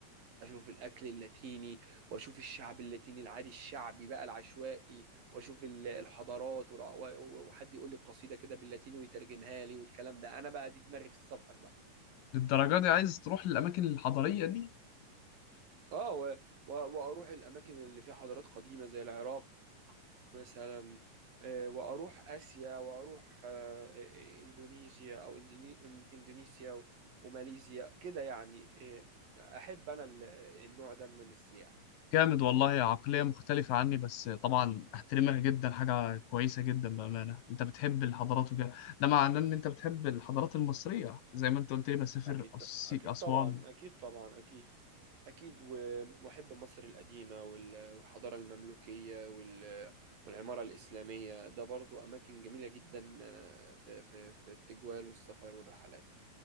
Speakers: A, on the right; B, on the left.
A: اشوف الاكل اللاتيني واشوف الشعب اللاتيني العادي الشعبي بقى العشوائي واشوف ال- الحضارات والع- و- و- وحد يقول لي قصيدة كده باللاتيني ويترجمها لي والكلام ده انا بقى دي دماغي في السفر بقى
B: للدرجه دي عايز تروح للاماكن الحضاريه دي
A: اه و- و- واروح الاماكن اللي فيها حضارات قديمة زي العراق مثلا آه، واروح اسيا واروح آه، آه، اندونيسيا او إندوني- إن- اندونيسيا و- وماليزيا كده يعني آه، احب انا ال- النوع ده من السياحة
B: جامد والله عقلية مختلفة عني بس طبعا أحترمها جدا حاجة كويسة جدا بأمانة أنت بتحب الحضارات وكده ده معناه إن أنت بتحب الحضارات المصرية زي ما أنت قلت لي بسافر
A: اكيد
B: أس-
A: اكيد
B: أسوان
A: طبعا اكيد طبعا اكيد اكيد و- واحب مصر القديمة وال- والحضارة المملوكية وال- والعمارة الإسلامية ده برضو اماكن جميلة جدا آه، في في في التجوال والسفر والرحلات